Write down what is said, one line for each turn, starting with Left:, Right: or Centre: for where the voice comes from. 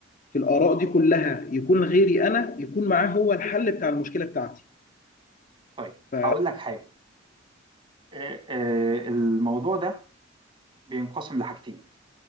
Left: في الآراء دي كلها يكون غيري أنا يكون معاه هو الحل بتاع المشكلة بتاعتي.
Right: طيب
Left: ف
Right: هقول لك حاجة آه، آه، الموضوع ده بينقسم لحاجتين